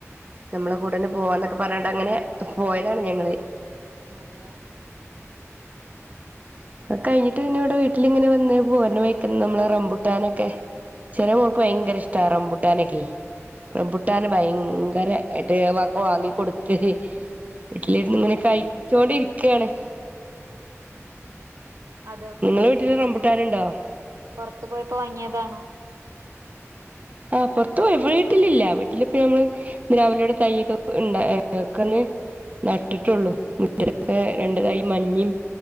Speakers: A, on the right; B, on the right.
A: ഉം
B: നമ്മളെ കൂടെന്നെ പോവാന്നൊക്കെ പറഞ്ഞണ്ട് അങ്ങനെ പോയതാണ് ഞങ്ങള്
A: അതെ അയ്ശരി
B: കഴിഞ്ഞിട്ട് പിന്നെ ഇവിടെ വീട്ടിലിങ്ങനെ വന്ന് പോര്ണേ വയ്ക്കനെ
A: അപ്പൊ
B: നമ്മളെ
A: എപ്പഴാ
B: റംമ്പുട്ടാനൊക്കെ ചെറിയ മോൾക്ക്
A: എപ്പഴാ
B: ഭയങ്കര
A: എത്തി
B: ഇഷ്ട റംബുട്ടാനൊക്കെ റംബുട്ടൻ
A: ആഹ്
B: ഭയങ്കര ആയിട്ട് ഒക്കെ വാങ്ങി കൊടുത്ത് വീട്ടിലി ഇരുന്ന് ഇങ്ങനെ കഴിച്ചോണ്ടിരിക്കണ്
A: ഉം ഉം ഉം അത്
B: നിങ്ങളെ വീട്ടില് റംമ്പുട്ടാൻ ഉണ്ടോ?
A: പുറത്ത് പോയപ്പോ വങ്ങിയതാണോ
B: ആഹ് പൊറത്ത് പോയപ്പൊ വീട്ടിലില്ല വീട്ടില ഇപ്പ നമ്മള് പിലാവിലെയുടെ തൈയ് ഒക്കെ ഉണ്ടക്കന്ന് നട്ടിട്ടുള്ളൂ മുറ്റത്ത് രണ്ടതൈയ് മഞ്ഞിം